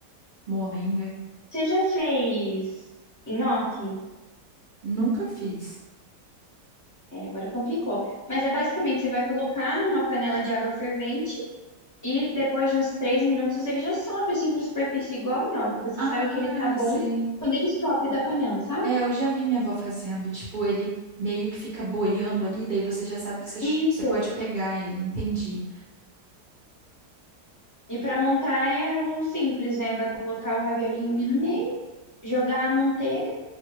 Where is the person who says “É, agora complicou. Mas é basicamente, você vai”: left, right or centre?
Left